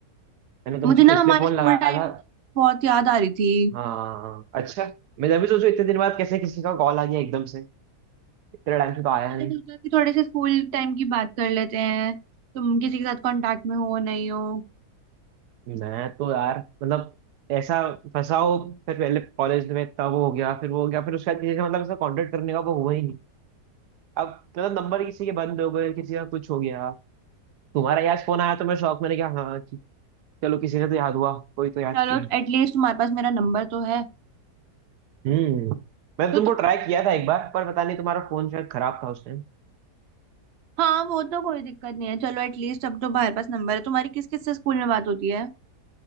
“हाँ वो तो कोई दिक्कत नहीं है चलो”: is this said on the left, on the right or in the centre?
Right